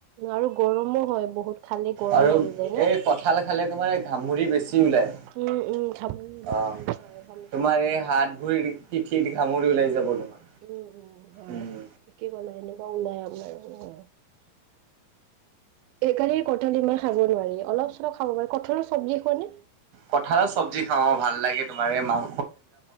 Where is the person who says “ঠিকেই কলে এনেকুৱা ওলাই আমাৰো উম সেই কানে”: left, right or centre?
Right